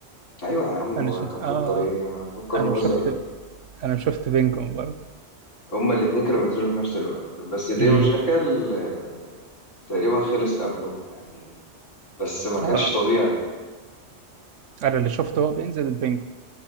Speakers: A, on the left; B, on the right.
A: ايوه يا عم هو
B: أنا ش...
A: انت مفكر
B: آه
A: ايه انا مفكر
B: أنا
A: بهزر
B: شفت أنا شفت بينجون برضه
A: هما الاتنين كانوا بينزلوا في نفس الوقت بس ديو
B: مم.
A: جاكال آه، تقريبا خلص قبله يعني بس ما كانش
B: آه
A: طبيعي
B: أنا اللي شفته هو بينزل بينجون